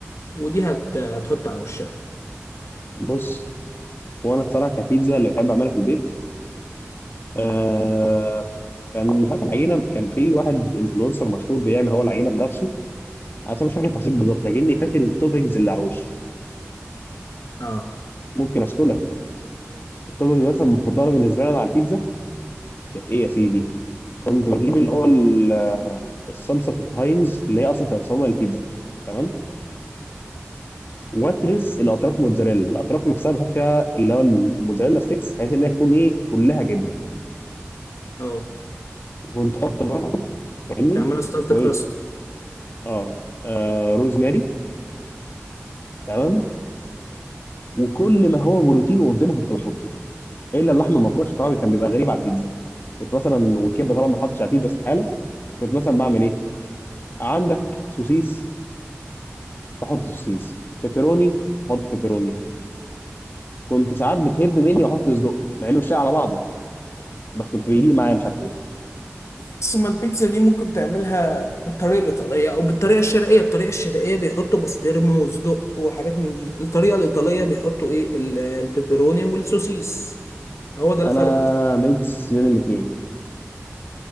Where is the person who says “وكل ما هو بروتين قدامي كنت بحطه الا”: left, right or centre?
Left